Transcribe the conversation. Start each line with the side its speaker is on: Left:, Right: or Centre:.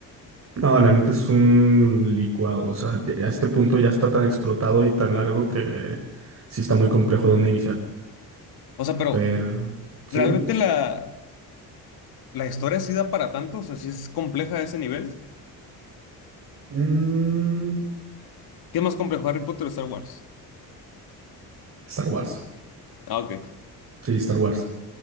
Right: No, la neta es un licuado, o sea, ya- a este punto ya está tan explotado y tan largo que sí está muy complejo dónde iniciar.
Left: O sea, pero
Right: Pero, sí,
Left: realmente
Right: ¿no?
Left: la, la historia sí da para tanto, o sea, sí es compleja a ese nivel.
Right: Mm,
Left: ¿Qué es más complejo, Harry Potter o Star Wars?
Right: Star Wars.
Left: Ah, ok,
Right: Sí, Star Wars.